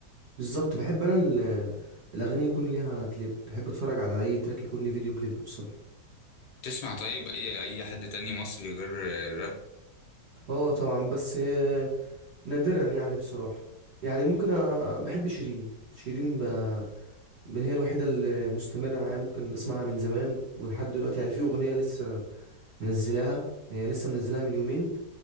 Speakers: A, on the right (about 45°); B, on the left (about 75°).
A: بالظبط بحب انا ال- الاغاني يكون ليها كليب بحب اتفرج على اي تراك يكون ليه فيديو كليب بصراحة
B: تسمع طيب اي اي حد تاني مصري غير الراب
A: اه طبعا بس آه، نادرا يعني بصراحة يعني ممكن أ... بحب شيرين شيرين ب... ب- هي الوحيدة اللي مستمرة معايا ممكن بسمعها من زمان ولحد دلوقتي يعني في أغنية لسه منزلاها هي لسه منزلاها من يومين